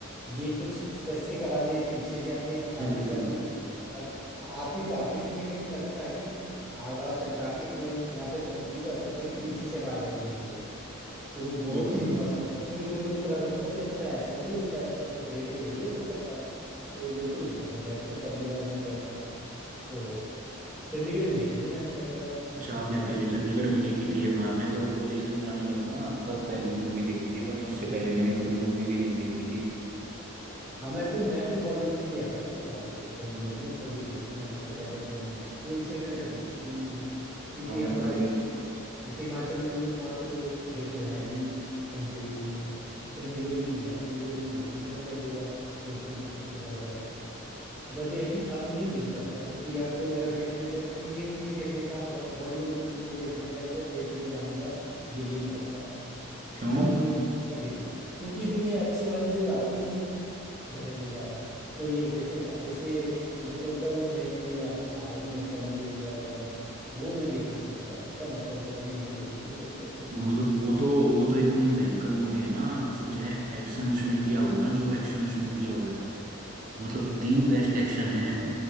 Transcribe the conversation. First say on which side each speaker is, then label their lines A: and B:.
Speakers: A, on the right; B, on the right.
A: ये कुछ स्पेसिफिक आवाजें पीछे से आती हैं कुछ आगे
B: बिल्कुल
A: से आती हैं अब आती तो आगे से ही है लेकिन लगता है कि आवाज टकरा के तुम्हें तुम्हारे तक पहुंचती तो ऐसा लगता है कि पीछे से आवाज आई कहीं से तो वो बहुत
B: बिल्कुल
A: ही मस्त था शुरू शुरू में तो लगता था कि अच्छा ऐसा भी होता है तो मतलब थिएटर यही होता है तो मेरे को तो बहुत मजा आया था जब पहली बार मैं गया था तो चंडीगढ़ में देखी थी मैंने तो पहली बार
B: अच्छा आपने
A: आ,
B: पहले चंडीगढ़ में देखी थी ये माँ मैं तो कॉलेज में जाने लगा ना तब पहली मूवी देखी थी वरना उससे पहले मैंने कभी मूवी भी नहीं देखी थी
A: हाँ मैं तो मैं भी तो कॉलेज में गया था फिर उस टाइम पे तो चंडीगढ़ में तभी देखी मैंने उससे पहले तो नहीं मैं स्कूल से मैंने कभी देखी नहीं मूवी क्योंकि
B: हाँ मतलब
A: हमारे
B: ये-
A: जैसे हिमाचल में हो तो वहाँ पे तो थिएटर है भी नहीं कहीं पे भी इतनी तो चंडीगढ़ में ही है चंडीगढ़ में देखी है मैंने पहली बार दोस्तों दोस्तों के साथ बैठ के बट ये कि अब नहीं दिल करता क्योंकि अब तो मेरा थिएटर में जा, इंडियन मूवी देखने का बॉल- बॉलीवुड में मूवी देखने का तो थिएटर में जाने का दिल ही नहीं करता
B: क्यों
A: साउथ इंडियन में देख लूँ क्योंकि इतनी अच्छे वाली कोई आती नहीं है धड़ल्लेदार कोई जैसे जैसे मेरे को लगता है वो नई नई आली- आई हैं सनी देओल वगैरह वाली वो मैं देखने चल जा सकता हूँ पर पता नहीं निकल ना गई हो अब तक तो
B: मतलब
A: कब
B: वो
A: से
B: तो वो तो इतनी भयंकर मूवी है ना मतलब जो एक्शन उसमें किया हुआ ना जो एक्शन उसमें किया हुआ है मतलब
A: अच्छा
B: दी बेस्ट एक्शन है